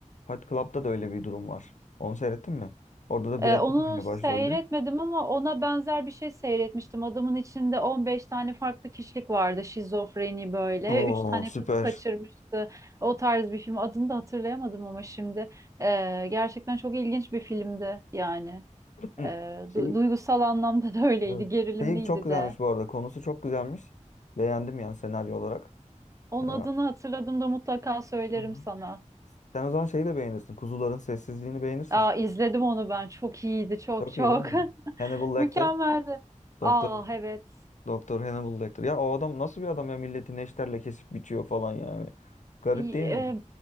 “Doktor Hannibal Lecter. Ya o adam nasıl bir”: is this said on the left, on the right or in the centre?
Left